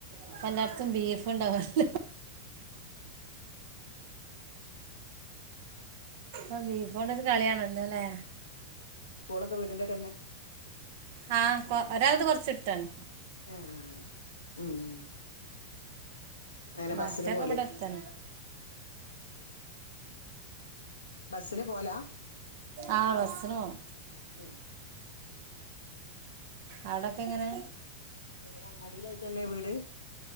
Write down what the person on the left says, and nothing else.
സ്കൂളൊക്കെ വീടിന്റെ തന്നെ
ആ ഉം എങ്ങനെ
ബസ്സിന് പോവല്
ബസിന് പോല
പോം
എങ്ങനെ നടിലായിട്ട് തന്നെ വീട്